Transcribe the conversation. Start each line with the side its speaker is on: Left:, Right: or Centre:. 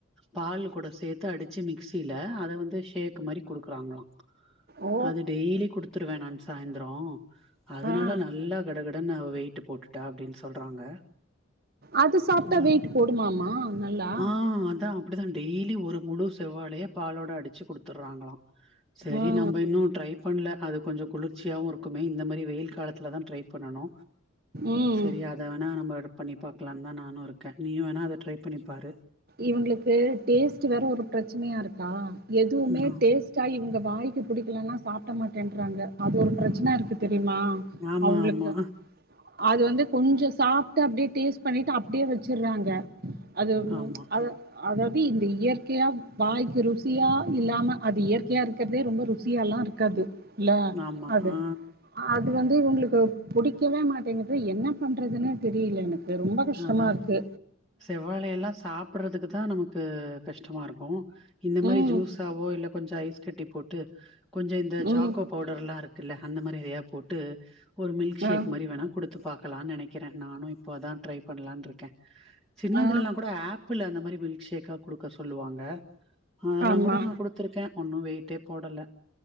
Centre: பால் கூட சேத்து அடுச்சு மிக்சில அத வந்து ஷேக் மாரி குடுக் றாங்ளா
Right: ஓ
Centre: அது டெய்லி குடுத்துருவே நான் சாய்ந்ரோ அதுனால
Right: ஆ
Centre: நல்லா கடகடனு அவ வெயிட்டு போட்டுட்டா அப்டின் சொல் றாங்க
Right: அது சாப்ட்டா
Centre: அதா
Right: வெயிட் போடுமாமா நல்லா
Centre: ஆ அதா அப்டிதா டெய்லி ஒரு முழு செவ்வாலய பாலோட அடுச்சு குடுத்துற்றாங்களா சரி
Right: ஆ
Centre: நம்ப இன்னு ட்ரை பண்ணல அது கொஞ்சொ குளுர் சியா இருக்குமே இந்த மாரி வெயில் காலத்துல தா ட்ரை பண்ணணு
Right: ம்
Centre: சரியா நம்ப பண்ணி பாக்கலான் தா நானு இருக்கே நீயு வேணா அத ட்ரை பண்ணிப்பாரு
Right: இவுங்களுக்கு டேஸ்ட் வேற ஒரு ப்ரச்சனையா இருக் கா எதுவுமே
Centre: ம் ஆ.
Right: டேஸ்ட்டா இவுங்க வாய்க்கு புடிக்கலனா சாப்ட மாட் டேன்றாங்க அது ஒரு ப்ரச்சன இருக்கு தெரிமா
Centre: ஆமா
Right: அவுங்களுக்கு
Centre: ஆமா
Right: அது வந்து கொஞ்சொ சாப்ட்டு அப்டியே டேஸ்ட் பண்ணிட்டு அப்டியே வச்சுற்றாங்க அது
Centre: ஆமா
Right: அது அத இ இந்த இயற்கையா வாய்க்கு ருசியா இல்லாம அது இயற்கையா இருக்கறதே ரொம்ப ருசியால்லா இருக்காது இல்ல
Centre: ஆமா
Right: அது
Centre: ஆ
Right: அது வந்து இவுங்ளுக்கு புடிக்கவே மாட்டேங்குது என்ன பண்றதுன்னு தெரில எனக்கு ரொம்ப கஷ்டமா
Centre: அதா
Right: இருக்கு
Centre: செவ்வாழை எல்லா சாப்புறதுக்கு தா நமக்கு கஷ்டமா இருக்கு இந்த மாரி
Right: ம்
Centre: ஜூஸாவோ இல்ல கொஞ்சோ ஐஸ் கட்டி போட்டு கொஞ்சோ இந்த
Right: ம்
Centre: சாக்கோ பவுடர்லாருக் குல அந்த மாரி எதையா போட்டு ஒரு மில்க் ஷேக்
Right: ஆ
Centre: மரி வேணா குடுத்து பாக்கலான் நெனைக்குறே நானு ப்பதா ட்ரை பண்ணலான் ருக்கே சின்னதுலலா
Right: ஆ
Centre: கூட ஆப்பிள் அந்த மாரி மில்க்ஷேக்கா குடுக்க சொல்லுவாங்க அதெல்லா
Right: ஆமா
Centre: கூட நா குடுத்துருக்கே ஒன்னு வெயிட்டே போடல